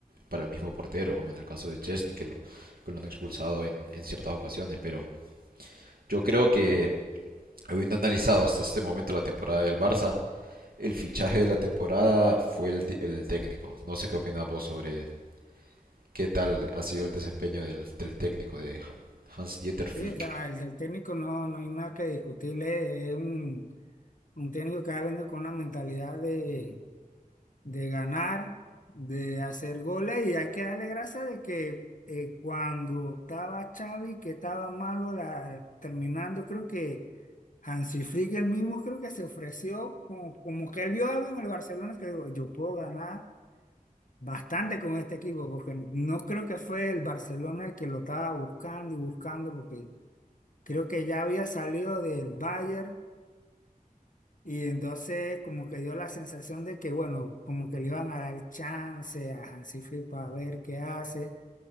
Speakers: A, on the right; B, on the left.
A: para el mismo portero, como en el caso de Chesney, que lo, que lo han expulsado en, en ciertas ocasiones, pero yo creo que habiendo analizado hasta este momento la temporada del Barça, el fichaje de la temporada fue el, el técnico. No sé qué opinas vos sobre, qué tal ha sido el desempeño del, del técnico de Ha- Hans-Dieter Flick.
B: Sí, o sea, el del técnico no, no hay nada que discutirle. Es un, un técnico que ha venido con una mentalidad de, de ganar, de hacer goles, y hay que darle gracias de que eh, cuando estaba Xavi, que estaba malo la, terminando, creo que Hansi Flick el mismo creo que se ofreció como, como que él vio algo en el Barcelona que dijo, yo puedo ganar bastante con este equipo, porque no creo que fue el Barcelona el que lo estaba buscando y buscando, porque creo que ya había salido del Bayern y entonces como que dio la sensación de que, bueno, como que le iban a dar chance a Hansi Flick para ver qué hace.